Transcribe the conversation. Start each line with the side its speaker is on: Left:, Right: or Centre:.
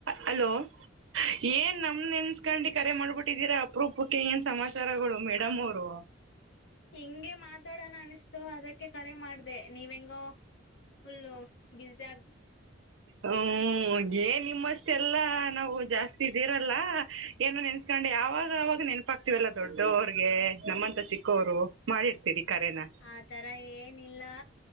Right: Hello ಏನ್ ನಮ್ ನೆನ್ಸ್ಕಂಡಿ ಕರೆ ಮಾಡ್ಬಿಟ್ಟಿದೀರಾ ಅಪ್ರೂಪಕ್ಕೆ ಏನ್ ಸಮಾಚಾರಗಳು ಮೇಡಮ್ಮೋರು.
Left: ಹೆಿಂಗೆ ಮಾತಾಡೋಣ ಅನಿಸತ ಸೊ ಅದಕ್ಕೆ ಕರೆ ಮಾಡ ಎ ನೀವೆಂಗೋ ಫುಲ್ಲು ಬ್ಯುಸಿಯಾಗ್
Right: ಹ್ಮ ಏ ನಿಮ್ಮಷ್ಟೆಲ್ಲಾ ನಾವು ಜಾಸ್ತಿ ಇದ್ದೀರಲ್ಲ ಏನೋ ನೆನ್ಸ್ಕೊಂಡು ಯಾವಾಗ ಆವಾಗ ನೆನಪಾಗ್ತಿವಲ್ಲ ದೊಡ್ಡವ್ರಗೆ ನಮ್ಮಂತ ಚಿಕ್ಕೋ್ರು ಮಾಡಿರ್ತೀರಿ ಕರೆನ
Left: ಆ ತರ ಏನಿಲ್ಲ